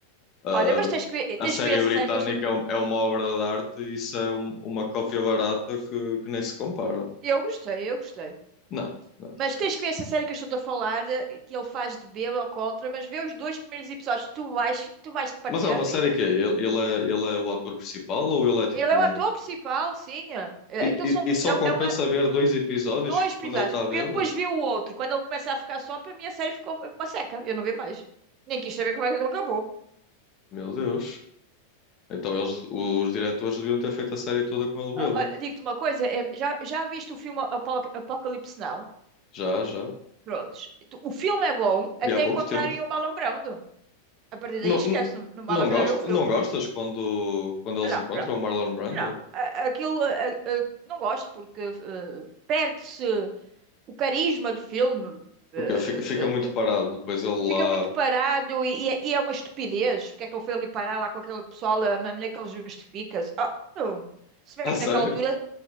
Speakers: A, on the left; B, on the right.
A: A,
B: Olha, mas
A: a-
B: tens que ver, tens
A: a série
B: que ver essa
A: britânica
B: série que eu estou.
A: é, um- é uma obra de arte e isso é um- uma cópia barata que, que nem se compara.
B: Eu gostei, eu gostei.
A: Não, não,
B: Mas
A: esquece.
B: tens que ver essa série que eu estou a falar, eh, que ele faz de bêbado alcoólatra, mas vê os dois primeiros episódios, tu vais, tu vais te partir
A: Mas é uma
B: a rir.
A: série que é? Ele, ele é, ele é o ator principal ou ele é tipo
B: Ele é o ator
A: um.
B: principal, sim. é. Eh,
A: E,
B: Aquilo
A: e-
B: são,
A: e só
B: é,
A: compensa
B: é uma,
A: ver dois episódios
B: dois episódios.
A: quando ele está bêbado?
B: Eu depois vi o outro, quando ele começa a ficar só, para mim a série ficou uma seca. Eu não vi mais. Nem quis saber como é que ele acabou.
A: Meu Deus. Então eles, os diretores deviam ter feito a série toda com ele bêbado.
B: Ah, Olha, digo-te uma coisa, eh, já, já viste o filme Apo- Apocalipse Now?
A: Já, já.
B: Prontos. O filme é bom até
A: Vi há pouco
B: encontrarem
A: tempo.
B: o Marlon Brando. A partir
A: Não,
B: daí esquece,
A: não,
B: não, não vale
A: não
B: a pena
A: gosto,
B: ver o filme.
A: não
B: Não,
A: gostas quando, quando eles
B: não,
A: encontram o Marlon Brando?
B: não. A- Aquilo, a- a- não gosto porque eh, perde-se o carisma do filme. Eh,
A: O quê? Fica, fica muito
B: eh,
A: parado. Depois ele
B: eh, fica
A: lá.
B: muito parado e, e é e é uma estupidez. Porque é que ele foi ali parar lá com aquele pessoal, a maneira que ele justifica-se. Ah, não. Se bem
A: <laughs> A
B: que
A: sério?
B: naquela altura,